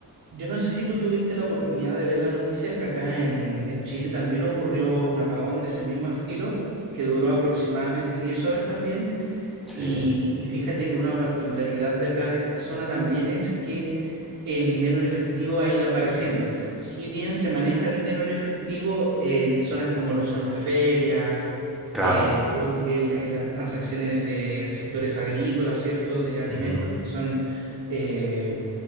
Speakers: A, on the right (about 65°); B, in the centre.
A: Yo no sé si tú tuviste la oportunidad de ver la noticia que acá en, en Chile también ocurrió un apagón de ese mismo estilo, que duró aproximadamente 10 horas también.
B: Sí.
A: Y, y fíjate que una particularidad de acá de esta zona también es que el dinero en efectivo ha ido apareciendo. Si bien se maneja dinero en efectivo en zonas como lo son las ferias,
B: Claro.
A: eh, todo lo que es la- eh, las transacciones de sectores agrícolas, ¿cierto? De alimentos
B: Ujú.
A: que son... eh,